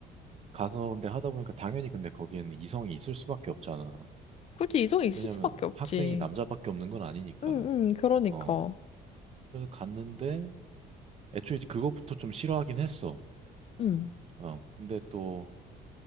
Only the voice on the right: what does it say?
가서 근데 하다 보니까 당연히 근데 거기에는 이성이 있을 수밖에 없잖아.
왜냐면
학생이 남자밖에 없는 건 아니니까.
어. 그래서 갔는데 애초에 이제 그것부터 좀 싫어하긴 했어.
어. 근데 또,